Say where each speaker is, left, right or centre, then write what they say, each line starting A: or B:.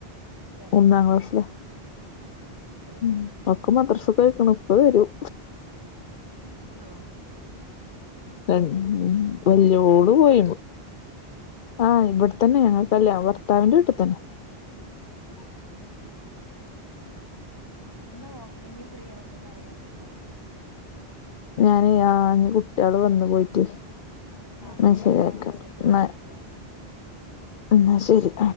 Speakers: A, on the left; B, on the left.
A: തന്നെ
B: ഒന്നാം ക്ലാഷില
A: ഓ ഓ
B: ഉം ഒക്കെ മദ്രസക്ക് പോയിക്ക്ണ് ഇപ്പം വരും
A: ആഹ്
B: <unintelligible> വലിയോള് പോയി ആഹ്
A: ആ
B: ഇവിടെത്തന്നെ ഞങ്ങൾക്കല്ല ഭർത്താവിൻ്റെ വീട്ടിൽ തന്നെ <inaudible>
A: ആ ആഹ് ഇന്നാ ഓക്കെ ഇന്ന് ഫ്രീ ആവുമ്പോ പറയോണ്ട് ട്ടോ
B: ഞാനെ ആ ഇഞ്ഞ് കുട്ടികള് വന്നു പോയിട്ട്
A: ആ ഫ്രീ
B: ന്നാ ശരി
A: ആവുമ്പോ
B: ആയിക്കോട്ടെ
A: മെസ്സേജ് വിട്ടാ
B: ന്നാ
A: മതി ഓക്കെ
B: ന്നാ ശരി